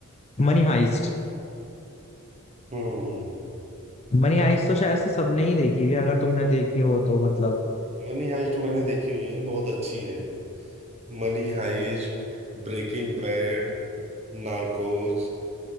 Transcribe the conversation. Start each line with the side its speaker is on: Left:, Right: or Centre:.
Left: मनी हाइस्ट
Right: हम्म
Left: मनी हाइस्ट तो शायद से सबने ही देखी है अगर तुमने देखी हो तो मतलब
Right: मनी हाइस्ट मैंने देखी हुई है बहुत अच्छी है Money heist breaking bad narcos